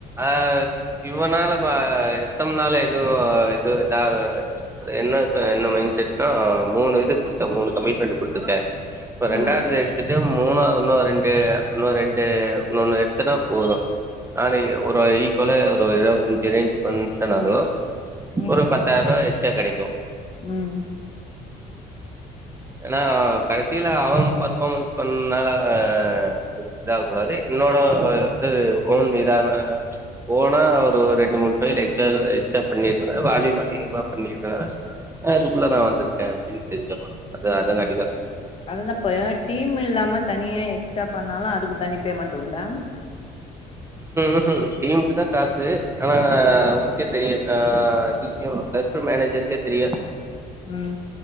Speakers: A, on the right; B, on the left.
A: ஆ இவனால அ எஸ் எம்னால எது எது எதா என்ன ச என்ன மைண்ட் செட்னா மூணு இது கொடுத்த மூணு கமிட்மெண்ட் குடுத்துருக்கே இப்ப ரெண்டாயிரத்த
B: ம்
A: எடுத்துட்டு மு மூணா ஒன்னோ ரெண்டு உன்னோ ரெண்டு இன்னொண்ணு எடுத்தனா போது நானே ஒரு ஈக்குவல ஒரு இருவத்தஞ்சி ரேஞ்சிக்கு வந்ட்டனாலு
B: ம்
A: ஒரு பத்தாயிர்ருவா எக் சே கெடைக்கு
B: ம்
A: ஏன்னா கடைசில அவன் ஃபர்பார்மென்ஸ் பண்ணால இது ஆககூடாது என்னோட அது ஒன் நிதான போனா ஒரு ரெண்டு மூணு ஃபயில் எக்ச்சா எக்ச்சா பண்ணிருக்கனு வாலியூம் அதிகமா பண்ணிருக்கனால அதுக்குள்ள நா‌ வந்திருக்கே இன் தெரிஞ்சாகனு அத காட்டிதா
B: அதுதாப்பா ஏன்னா டீம் இல்லாம தனியா எக்ஸ்ட்ரா பண்ணாலு அதுக்கு தனி பேமெண்ட்டு உண்டா
A: உகும் டீமுக்கு தா காசு ஆனா நா அவருக்கே தெரியா ஆ P C M plus two மேனேஜருக்கே தெரியாது
B: ம்